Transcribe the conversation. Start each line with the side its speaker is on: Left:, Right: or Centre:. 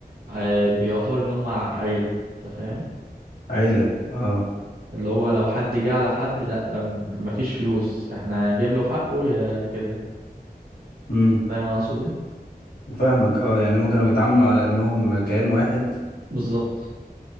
Right: آه، بيعتبروا ان هم عيلة انت فاهم
Left: عيله اه
Right: اللي هو لو حد جه على حد لا م- مفيش فلوس احنا هنجيب له حقه يا كده
Left: امم
Right: فاهم انا اقصد ايه
Left: فاهمك اه يعني هما كانوا بيتعاملوا على انهم كيان واحد
Right: بالظبط